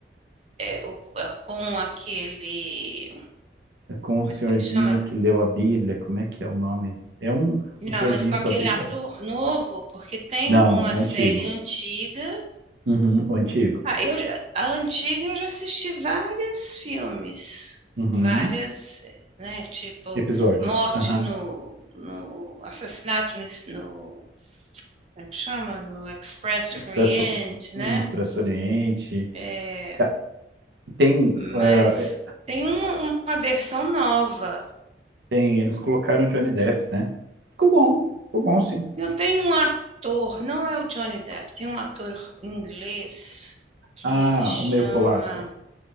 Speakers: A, on the right (about 35°); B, on the right (about 80°).
A: é, o- é, com aquele. Como
B: <laughs> Com um senhorzinho
A: é que chama?
B: que leu a Bíblia. Como é que é o nome? É um,
A: Não,
B: um senhorzinho
A: mas com aquele
B: com a Bíblia.
A: ator novo, porque tem
B: Não,
A: uma
B: o
A: série
B: antigo.
A: antiga.
B: Uhum, o antigo.
A: Ah, eu, já- a antiga eu já assisti vários filmes,
B: Uhum.
A: várias, né? Tipo,
B: Episódios.
A: Morte
B: Aham.
A: no, no Assassinato no, no- como é que chama? No Express
B: No Expresso,
A: Orient, né?
B: no Expresso Oriente.
A: É,
B: Tá, Tem,
A: mas
B: eh,
A: tem uma, uma versão nova.
B: tem. Eles colocaram Johnny Depp, né? Ficou bom. Ficou bom, sim.
A: Eu tenho um ator, não é o Johnny Depp, tem um ator inglês que
B: Ah,
A: ele chama.
B: o meio polaco.